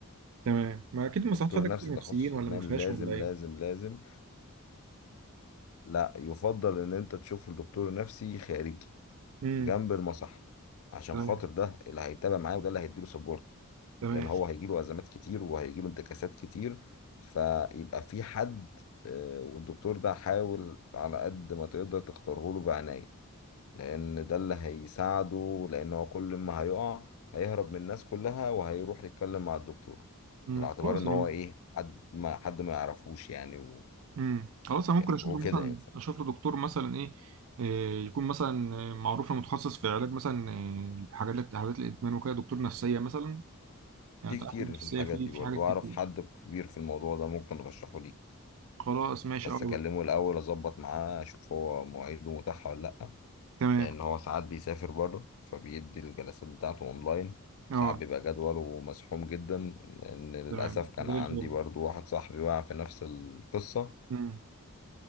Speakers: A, on the right; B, on the left.
A: تمام ما اكيد
B: دكتور
A: المصحات فيها دكاتره
B: نفسي تخصص
A: نفسيين
B: إدمان
A: ولا ما فيهاش
B: لازم
A: ولا ايه
B: لازم لازم لا يفضل إن أنت تشوف دكتور نفسي خارجي
A: امم
B: جنب المصح عشان
A: تمام
B: خاطر ده اللي هيتابع معاه وده اللي هيديله سبورت
A: تمام
B: لأن هو هيجيله أزمات كتير وهيجيله انتكاسات كتير فيبقى في حد آه، والدكتور ده حاول على قد ما تقدر تختاره له بعناية لان ده اللي هيساعده لان هو كل ما هيقع هيهرب من الناس كلها وهيروح يتكلم مع الدكتور
A: امم
B: على اعتبار
A: خلاص
B: ان
A: انا
B: هو ايه حد ما حد ما يعرفوش يعني و-
A: امم خلاص انا
B: يعني
A: ممكن اشوف
B: وكده
A: له مثلا
B: ينفع
A: اشوف له دكتور مثلا ايه إيه، يكون مثلا آه، معروف متخصص في علاج مثلا آه، حاجات حالات الادمان وكده دكتور نفسيه مثلا يعني
B: في
A: انت
B: كتير
A: عارف إن النفسيه
B: في الحاجات
A: في
B: دي
A: في
B: برضه
A: حاجات كتير
B: اعرف حد كبير في الموضوع ده ممكن ارشحه ليك
A: خلاص ماشي
B: بس
A: اه
B: اكلمه الاول اظبط معاه اشوف هو مواعيده متاحه ولا لا
A: تمام
B: لان هو ساعات بيسافر بره فبيدي الجلسات بتاعته اونلاين
A: اه
B: ساعات بيبقى جدوله مزحوم جدا لان للاسف
A: تمام
B: كان
A: زي
B: عندي
A: الفل
B: برضو واحد صاحبي وقع في نفس القصه
A: امم